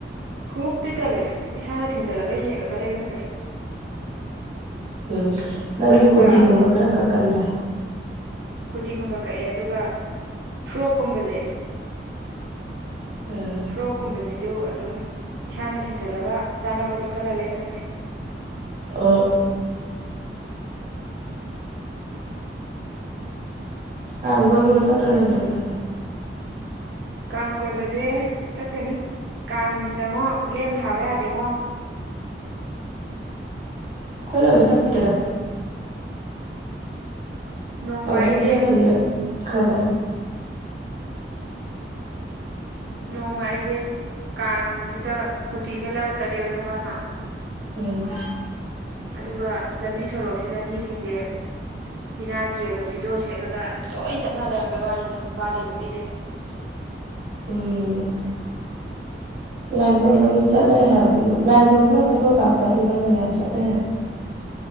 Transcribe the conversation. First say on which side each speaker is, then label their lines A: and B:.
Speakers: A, on the right (about 75°); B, on the right (about 35°).
A: ꯈꯣꯡꯎꯛꯇꯤ ꯇꯜꯂꯦ ꯏꯁꯥꯅ ꯊꯤꯡꯖꯜꯂꯒ ꯌꯦꯡꯉꯒ ꯂꯩꯕꯅ ꯐꯩ꯫
B: ꯎꯝ ꯅꯪꯗꯤ
A: ꯑꯗꯨꯒ
B: ꯀꯨꯔꯇꯤꯒꯨꯝꯕ ꯈꯔ ꯀꯛꯀꯟꯗ
A: ꯀꯨꯔꯇꯤꯒꯨꯝꯕ ꯀꯛꯑꯦ ꯑꯗꯨꯒ ꯐ꯭ꯔꯣꯛꯀꯨꯝꯕꯁꯦ
B: ꯎꯝ
A: ꯐꯣꯔꯣꯛꯀꯨꯝꯕꯁꯤꯁꯨ ꯑꯗꯨꯝ ꯏꯁꯥꯅ ꯊꯤꯟꯖꯜꯂꯒ ꯆꯥꯅꯕꯗꯣ ꯈꯜꯂ ꯂꯩꯕꯅ ꯐꯩ
B: ꯑ ꯀꯥꯡ ꯀꯣꯏꯕꯒ ꯆꯠꯂꯔꯣꯏꯗ꯭ꯔꯅ
A: ꯀꯥꯡ ꯀꯣꯏꯕꯁꯦ ꯆꯠꯀꯅꯤ ꯀꯥꯡ ꯅꯨꯃꯤꯠꯇꯉꯣ ꯂꯦꯝ ꯊꯥꯕ ꯌꯥꯗꯦꯉꯣ
B: ꯈꯣꯏ ꯆꯗ ꯆꯦꯗ
A: ꯅꯣꯡꯃ
B: ꯆꯍꯤ
A: ꯑꯩꯁꯦ
B: ꯑꯃꯗꯤ ꯈꯕ
A: ꯅꯣꯡꯃ ꯑꯩꯁꯦ ꯀꯥꯡꯁꯤꯗ ꯀꯨꯇꯤ ꯁꯦꯠꯂꯒ ꯆꯠꯂꯦꯕ ꯊꯕꯛ ꯑꯃ
B: ꯎꯝ
A: ꯑꯗꯨꯒ ꯂꯝꯕꯤ ꯁꯣꯔꯣꯛꯁꯤꯗ ꯃꯤꯁꯤꯡꯁꯦ ꯐꯤꯅꯥꯠꯀꯤ ꯑꯣꯏꯕ ꯐꯤꯖꯣꯜ ꯁꯦꯠꯂꯒ ꯂꯣꯏ ꯆꯠꯅ ꯂꯩꯔꯝꯕꯩ ꯋꯥꯅꯤꯗꯣ ꯅꯨꯄꯥꯗꯩ ꯅꯨꯄꯤꯗꯩ ꯎ
B: ꯎꯝ ꯂꯥꯏ ꯈꯨꯣꯏꯔꯨꯝꯝꯕ ꯃꯤ ꯆꯠꯅꯩ ꯍꯥꯏꯕꯅꯤ ꯂꯥꯏ ꯈꯣꯏꯔꯨꯝꯝꯕ꯭ꯔꯥ ꯐꯣꯇꯣ ꯀꯥꯞꯄ꯭ꯔꯥꯗꯤ ꯈꯪꯗꯦ ꯌꯥꯝ ꯆꯠꯅꯩ ꯍꯥꯏ